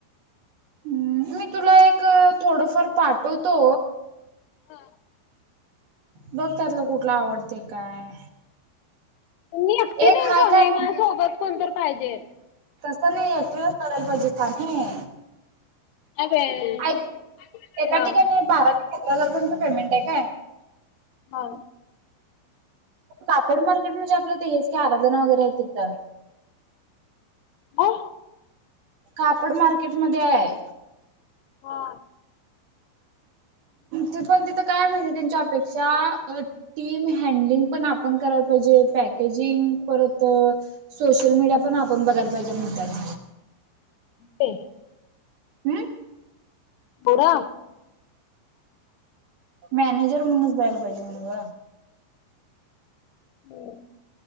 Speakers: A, on the right (about 65°); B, on the left (about 80°).
A: हम् मी तुला एक थोडंफार पाठवतो.
B: हो
A: बघ त्यातलं कुठला आवडते काय.
B: मी एकटी
A: एक
B: नाही
A: हाय
B: सोने
A: काय
B: माझ्या सोबत, कोण तर पाहिजे.
A: तसं नाही करायला पाहिजे कानाय
B: नाही बाई
A: एक एका
B: हा
A: ठिकाणी बारा <inaudible> पेमेंट हाय काय,
B: हा
A: कापड के म्हणजे आपलं ते हेच का आराण वगैरे आहेत तीत.
B: हो
A: कापड मार्केट मध्ये आहे
B: हा
A: ते पण तिथ काय माहितीय त्यांच्या अपेक्षा टीम हँडलिंग पण आपण करायला पाहिजे, पॅकेजिंग, परत सोशल मीडिया पण आपण बघाला पाहिजे म्हणतात
B: ते
A: हम
B: बुडा
A: मॅनेजर म्हणूनच जायला पाहिजे न्हव
B: हम्